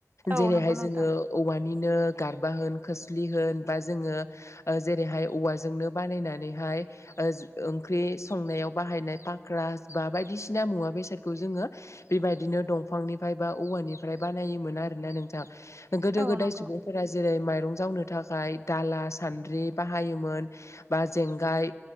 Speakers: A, on the right (about 40°); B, on the left (about 80°).
A: औ
B: जेरैहाय
A: नंगौ नोंथां
B: जोङो औवानिनो गारबा होन खोस्लि होन बा जोङो जेरैहाय औवाजोंनो बानायनानैहाय ओ ओंख्रि संनायाव बाहायनाय फाख्रा बा बायदिसिना मुवा बेसादखौ जोङो बेबायदिनो दंफांनिफ्राय बा औवानिफ्राय बानायोमोन आरोना नोंथां गोदो
A: औ
B: गोदाय
A: नंगौ
B: सुबुंफोरा जेरै माइरं जावनो थाखाय दाला सानद्रि बाहायोमोन बा जेंगाय